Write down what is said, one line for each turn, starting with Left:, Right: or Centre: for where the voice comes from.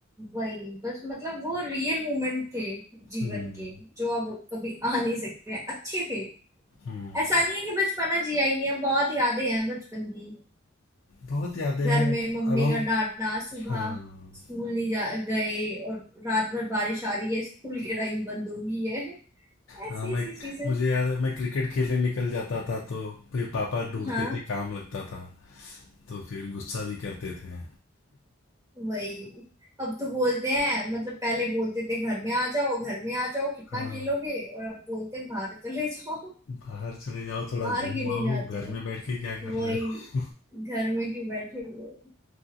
Right: वही बस मतलब वो रियल मोमेंट थे जीवन
Left: हम्म
Right: के जो अब कभी आ नहीं सकते हैं अच्छे थे
Left: हम्म
Right: ऐसा नहीं है कि बचपना जिया ही नहीं है बहुत यादें हैं बचपन की
Left: बहुत यादें
Right: घर
Left: हैं
Right: में मम्मी
Left: अब हम
Right: का डांटना सुबह
Left: हाँ
Right: स्कूल नहीं जा गए और रात भर बारिश आ रही है स्कूल के टाइम बंद हो गई है ऐसी
Left: हाँ मैं
Right: ऐसी चीजें
Left: मुझे याद है मैं क्रिकेट खेलने निकल जाता था तो फिर पापा ढूंढते
Right: हाँ
Left: थे काम लगता था तो फिर गुस्सा भी करते थे
Right: वही अब तो बोलते हैं मतलब पहले बोलते थे घर में आ जाओ घर में आ जाओ कितना
Left: हाँ
Right: खेलोगे और अब बोलते हैं बाहर चले जाओ
Left: बाहर चले जाओ थोड़ा
Right: बाहर
Left: घूम
Right: क्यों नहीं
Left: आओ
Right: जाते
Left: घर
Right: हो
Left: में बैठ के क्या कर
Right: वही
Left: रहे हो
Right: घर में क्यों बैठे हुए हो?